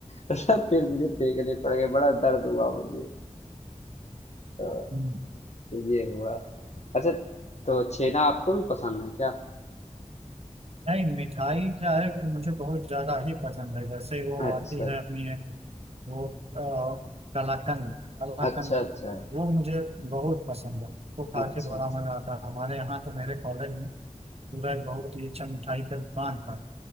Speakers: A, on the left (about 60°); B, on the right (about 55°).
A: <laughs> फिर मुझे फेंकने पड़ गए बड़ा दर्द हुआ मुझे तो
B: हम्म।
A: तो ये हुआ अच्छा तो छेना आपको भी पसंद है क्या
B: नहीं मिठाई क्या है कि मुझे बहुत ज्यादा ही पसंद है जैसे वो
A: अच्छा
B: आती है अपनी एक वो अ, कलाकंद कलाकंद
A: अच्छा अच्छा अच्छा
B: वो मुझे बहुत पसंद है उसको खा
A: अच्छा
B: के बड़ा मजा आता है हमारे यहाँ तो मेरे कॉलेज में पूरा एक बहुत ही अच्छा मिठाई का दुकान था